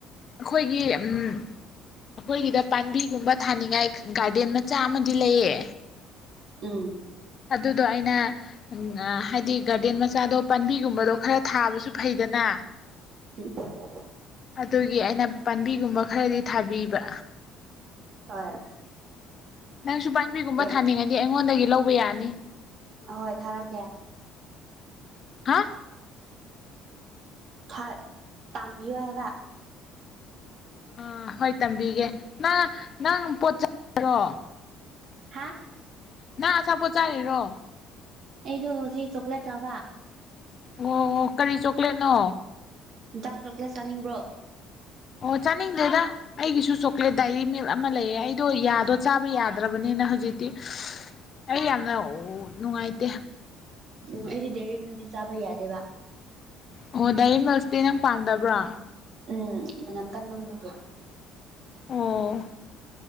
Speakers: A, on the left (about 40°); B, on the right (about 55°).
A: ꯑꯩꯈꯣꯏꯒꯤ ꯑꯩꯈꯣꯏꯒꯤꯗ ꯄꯥꯝꯕꯤꯒꯨꯝꯕ ꯊꯥꯅꯤꯡꯉꯥꯏ ꯒꯥꯔꯗꯦꯟ ꯃꯆꯥ ꯑꯃꯗꯤ ꯂꯩꯌꯦ
B: ꯎꯝ
A: ꯑꯗꯨꯗꯣ ꯑꯩꯅ ꯍꯥꯏꯗꯤ ꯒꯥꯔꯗꯦꯟ ꯃꯆꯥꯗꯣ ꯄꯥꯝꯕꯤꯒꯨꯝꯕꯗꯣ ꯈꯔ ꯊꯥꯕꯁꯨ ꯐꯩꯗꯅ
B: ꯎꯝ
A: ꯑꯗꯨꯒꯤ ꯑꯩꯅ ꯄꯥꯝꯕꯤꯒꯨꯝꯕ ꯈꯔꯗꯤ ꯊꯥꯕꯤꯕ
B: ꯍꯣꯏ
A: ꯅꯪꯁꯨ ꯄꯥꯥꯟꯝꯕꯤꯒꯨꯝꯕ
B: ꯌꯥꯝ
A: ꯊꯥꯅꯤꯡꯉꯅꯤ ꯑꯩꯉꯣꯟꯗꯒꯤ ꯂꯧꯕ ꯌꯥꯅꯤ
B: ꯑꯍꯣꯏ ꯊꯥꯔꯛꯀꯦ
A: ꯍꯥ
B: ꯊꯥ ꯇꯝꯕꯤꯌꯦꯕ
A: ꯑ ꯍꯣꯏ ꯇꯝꯕꯤꯒꯦ ꯅ ꯅꯪ ꯄꯣꯠ ꯆꯩꯔꯣ
B: ꯍꯥꯥ
A: ꯅꯪ ꯑꯆꯥꯄꯣꯠ ꯆꯥꯔꯤꯔꯣ
B: ꯑꯩꯗꯣ ꯍꯧꯖꯤꯛ ꯆꯣꯀ꯭ꯂꯦꯠ ꯆꯥꯕ
A: ꯑꯣ ꯀꯔꯤ ꯆꯣꯀ꯭ꯂꯦꯠꯅꯣ
B: ꯇꯥꯛ ꯆꯣꯀꯂ꯭ꯦꯠ ꯆꯥꯅꯤꯡꯕ꯭ꯔꯣ
A: ꯑꯣ ꯆꯥꯅꯤꯡꯗꯦꯗ ꯑꯩꯒꯤꯁꯨ ꯆꯣꯀ꯭ꯂꯦꯠ ꯗꯥꯏꯔꯤ ꯃꯤꯜꯛ ꯑꯃ ꯂꯩꯌꯦ ꯑꯩꯗꯣ ꯌꯥꯗꯣ ꯆꯥꯕ ꯌꯥꯗ꯭ꯔꯕꯅꯤꯅ ꯍꯧꯖꯤꯛꯇꯤ ꯑꯩ ꯌꯥꯝꯅ ꯅꯨꯡꯉꯥꯏꯇꯦ
B: ꯑꯣ ꯑꯩꯗꯤ ꯗꯦꯔꯤ ꯃꯤꯜꯤ ꯆꯥꯕ ꯌꯥꯗꯦꯕ
A: ꯑꯣ ꯗꯥꯏꯔꯤ ꯃꯁꯇꯤ ꯅꯪ ꯄꯥꯝꯗꯕ꯭ꯔꯣ
B: ꯎꯝ ꯅꯝ ꯀꯜꯃꯪꯒ
A: ꯑꯣ